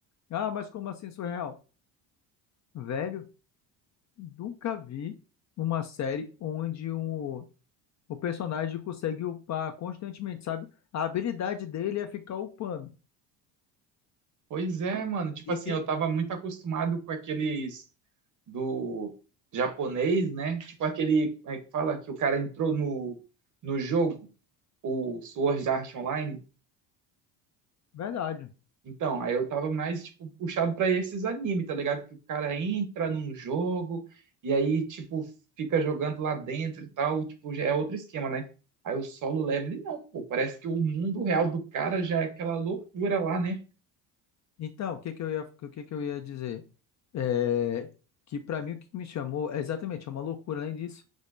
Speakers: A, on the left; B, on the right.
A: Ah, mas como assim surreal? Velho, nunca vi uma série onde um, o personagem consegue upar constantemente, sabe? A habilidade dele é ficar upando.
B: Pois é, mano, tipo
A: E
B: assim,
A: que,
B: eu tava muito acostumado com aqueles do japonês, né? Tipo aquele, como é que fala, que o cara entrou no, no jogo, o Sword Art Online,
A: verdade.
B: Então, aí eu tava mais, tipo, puxado pra esses anime, tá ligado? Que o cara entra num jogo e aí, tipo, fica jogando lá dentro e tal, tipo, já é outro esquema, né? Aí o solo level, não, pô, parece que o mundo real do cara já é aquela loucura lá, né?
A: Então, o que que eu ia, o que que eu ia dizer? É, que pra mim o que me chamou, é exatamente, é uma loucura além disso.